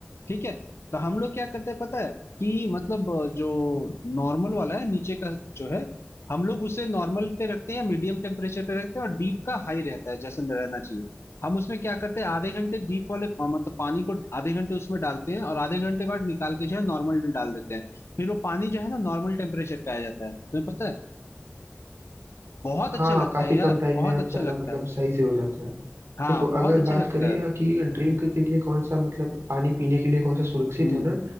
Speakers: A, on the left; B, on the right.
A: ठीक है तो हम लोग क्या करते हैं पता है कि मतलब अ, जो नॉर्मल वाला है नीचे का जो है हम लोग उसे नॉर्मल पे रखते हैं या मीडियम टेम्परेचर पे रखते हैं और डीप का हाई रहता है जैसे रहना चाहिए हम उसमें क्या करते हैं आधे घंटे डीप वाले अ, मतलब पानी को आधे घंटे उसमें डालते हैं और आधे घंटे बाद निकाल के जो है नॉर्मल में डाल देते हैं फिर वो पानी जो है ना नॉर्मल टेम्परेचर पे आ जाता है तुम्हें पता है बहुत
B: हाँ
A: अच्छा लगता
B: काफी
A: है यार
B: कम टाइम
A: बहुत
B: में आप
A: अच्छा
B: ज्यादा
A: लगता
B: मतलब
A: है
B: सही से हो जाता है
A: हाँ
B: देखो
A: बहुत
B: अगर
A: अच्छा
B: बात
A: लगता
B: करें
A: है
B: अ, कि ड्रिंक के लिए कौन सा मतलब पानी पीने के लिए कौन सा सुरक्षित
A: हम्म
B: है ना